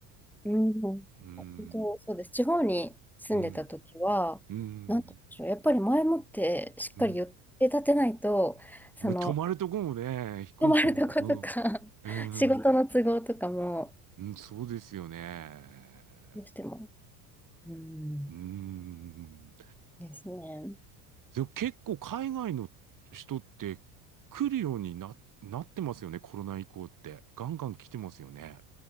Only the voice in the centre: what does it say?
うん、本
当そうです。地方に住んでた時は、
なんて言うんでしょう、やっぱり前もってしっかり予定立てないと、
その、
泊まるとことか、<laughs>
仕事の都合とかも、
どうしても、うん、
ですね。